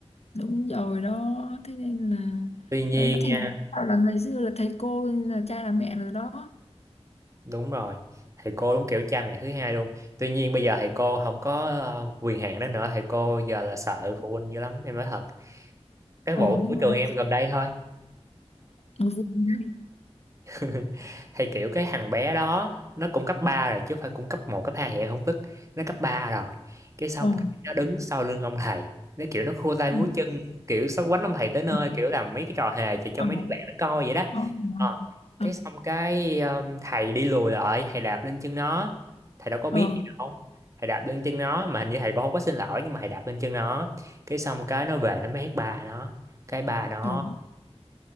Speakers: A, on the left; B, on the right.
A: đúng rồi đó thế nên là
B: tuy nhiên
A: đấy thì
B: nha
A: bảo là ngày xưa là thầy cô là cha là mẹ rồi đó
B: Đúng rồi, thầy cô đúng kiểu cha mẹ thứ hai luôn. Tuy nhiên bây giờ thầy cô không có ờ, quyền hạn đó nữa, thầy cô giờ là sợ phụ huynh dữ lắm, em nói thật. Cái
A: ừ
B: vụ của
A: đúng rồi
B: trường
A: đó
B: em gần đây thôi.
A: ở vùng này
B: <laughs> thì kiểu cái thằng bé đó nó cũng cấp 3 rồi chứ không phải cũng cấp một cấp 2 vậy không tức nó cấp 3 rồi cái xong
A: ờ
B: cái nó đứng sau lưng ông thầy nó kiểu nó khua tay
A: ừ.
B: múa chân kiểu sắp quánh ông thầy tới nơi
A: ừ,
B: kiểu làm mấy cái trò hề chỉ cho
A: ờ
B: mấy đứa bạn nó coi vậy đó
A: ờ
B: Ờ,
A: ờ
B: cái xong cái um, thầy đi lùi lại thầy đạp lên chân nó thầy đâu có
A: Ờ.
B: biết gì đâu thầy đạp lên chân nó mà hình như thầy cũng không có xin lỗi nhưng mà thầy đạp lên chân nó cái xong cái nó về nó mét bà nó cái bà nó
A: trời